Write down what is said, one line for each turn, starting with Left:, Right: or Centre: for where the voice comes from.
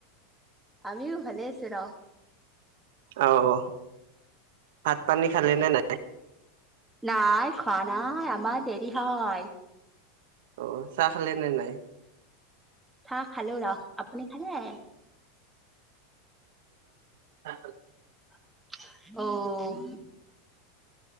Centre: আমিও ভালে আছো ৰহ।
Right: অ ভাত পানী খালালে নে নাই?
Centre: নাই খোৱা নাই আমাৰ দেৰি হয়।
Right: অ'চাহ খালে নাই?
Centre: চাহ খালো আৰু আপুনি খালে?
Right: <unintelligible>
Centre: অ'।